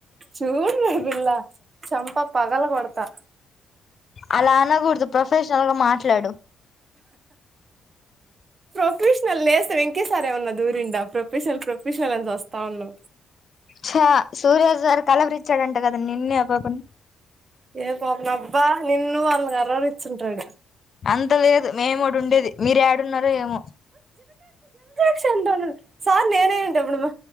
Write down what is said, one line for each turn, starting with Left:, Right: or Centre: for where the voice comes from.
Right: చూడు నా పిల్ల చంప పగల కొడతా
Left: అలా అనకూడదు ప్రొఫెషనల్ గా మాట్లాడు
Right: ప్రొఫెషనల్ లేస్తం ఇంకేసారమన్నా దూరిండా ప్రొఫెషనల్ ప్రొఫెషనల్ అని వస్తా ఉన్నా
Left: చ సూర్యా గారు కలవరిచ్చాడంట కద నిన్నే ఆ పాప ని
Right: ఏ పాపం అబ్బా నిన్ను వాళ్ళని కలవరించుంటాడు
Left: అంత లేదు మేముటి ఉండేది మీరు ఏడున్నారో ఏమో
Right: క్ష ఉంటడి సార్ నేనే ఉంటాప్పుడమ్మా